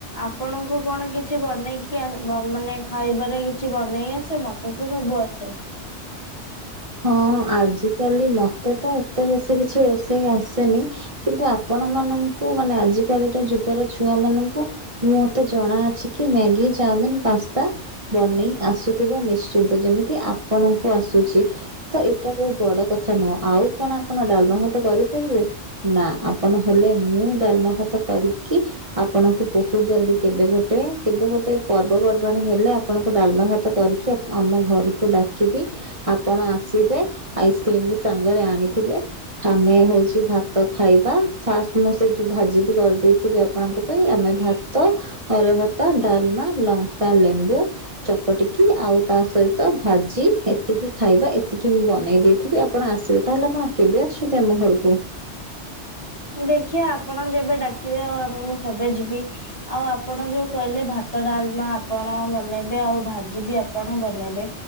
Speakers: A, on the left; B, on the right.
A: ଆପଣଙ୍କୁ କଣ କିଛି ବନେଇକି, ମାନେ ଖାଇବାରେ କିଛି ବନେଇ ଆସେ? ମତେ ମତେତ ସବୁ ଆସେ।
B: ହଁ ଆଜିକାଲି ମତେ ତ ଏତେ ବେଶୀ କିଛି ରୋଷେଇ ଆସେନି। କିନ୍ତୁ ଆପଣ ମାନଙ୍କୁ ଙ୍କୁ ମାନେ ଆଜି କାଲି ଟା ଯୁଗର ଛୁଆ ମାନଙ୍କୁ, ମୁଁ ମତେ ଜଣାଅଛି କି ମ୍ୟାଗି, ଚାଉମିନ ପାସ୍ତା ବନେଇ ଆସୁଥିବ ନିଶ୍ଚିନ୍ତ, ଯେମିତି ଆପଣଙ୍କୁ ଆସୁଛି। ତ ଏଇଟା କୋଉ ବଡ କଥା ନୁହଁ! ଆଉ କଣ ଆପଣ ଡାଲମା ଭାତ କରିପାରିବେ ନା ଆପଣ ହେଲେ ମୁଁ ଡାଲମା ଭାତ କରିକି, ଆପଣଙ୍କୁ ବହୁତ ଜଲଦି କେବେ ଗୋଟେ, କେବେ ଗୋଟେ କ ପର୍ବପର୍ବାଣୀ ହେଲେ ଆପଣଙ୍କୁ ଡାଲମା ଭାତ କରିକି, ଆ ଆମ ଘରକୁ ଡାକିବି, ଆପଣ ଆ ସିବେ ଆଇସ୍କ୍ରିମ ବି ସାଙ୍ଗରେ ଆଣିଥିବେ, ଆମେ ହଉଛି ଭାତ ଖାଇବା, ସାଆ ମୁ ସେ ଯୋଉ ଭାଜି ବି କରିଦେଇିବି ଆପଣଙ୍କ ପାଇଁ ଆମେ ଭାତ ଅରୁଆ ଭାତ, ଡାଲମା ଲଙ୍କା, ଲେମ୍ବୁ ଚକଟିକି ଆଉ ତା ସହିତ ଭାଜି ଏତିକି ଖାଇବା। ଏତି ଏତିକି ମୁଁ ବନେଇ ଦେଇଥିବି ଆପଣ ଆସିବେ। ତାହେଲେ ଆପଣ କେବେ ଆସଛନ୍ତି ଆମ ଘରକୁ?
A: ଦେଖିବା ଆପଣ ଯେବେ ଡାକିବେ ଆଉଆ ମୁଁ ସେବେ ଯିବି। ଆଉ ଆପଣ ଯୋଉ କହିଲେ ଭ ଭାତ ଡାଲମା ଆପଣ ବନେଇବେ ଆଉ ଭାଜି ବି ଆପଣ ବନେଇବେ।